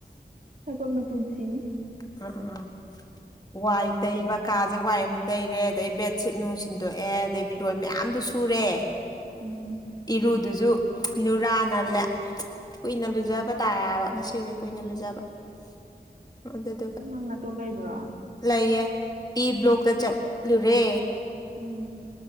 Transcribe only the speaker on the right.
ꯊꯕꯛꯅ ꯄꯨꯟꯁꯤꯅꯤ
ꯎꯝ
ꯅꯪ ꯅꯠꯇꯣꯝ ꯂꯩꯕ꯭ꯔꯥ
ꯎꯝ